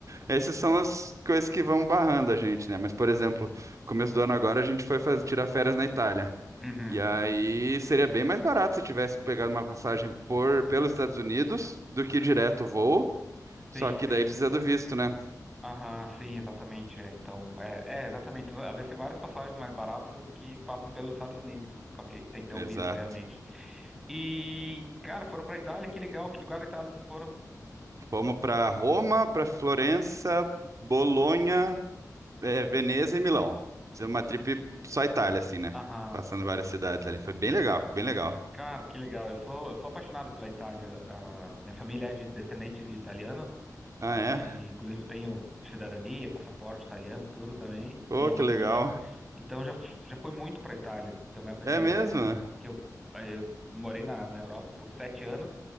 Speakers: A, on the right; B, in the centre.
A: Essas são as coisas que vão barrando a gente, né? Mas, por exemplo, começo do ano agora a gente foi fazer, tirar férias na Itália.
B: Uhum.
A: E aí seria bem mais barato se tivesse pegado uma passagem por pelos Estados Unidos do que direto o voo. Só
B: Sim,
A: que
B: sim.
A: daí precisa do visto, né?
B: Aham, sim, exatamente. é. Então, é, é, exatamente. Então, Às vezes tem várias passagens mais baratas que passam pelos Estados Unidos, só que tem que ter o visto
A: Exato.
B: realmente. E, cara, foram pra Itália, que legal, que lugar da Itália vocês foram?
A: Fomos para Roma, para Florença, Bolonha, eh, Veneza e Milão. Fizemos uma trip só Itália, assim, né?
B: Aham.
A: Passando várias cidades ali. Foi bem legal, bem legal.
B: Cara, que legal. Eu sou, eu sou apaixonado pela Itália. Ah, minha família é de descendentes de italiano
A: Ah, é?
B: e inclusive tenho cidadania, passaporte italiano, tudo também.
A: Oh,
B: E
A: que legal.
B: então já f- já fui muito para Itália. Tem uma época
A: É
B: que
A: mesmo?
B: que eu eu morei na, na Europa por sete anos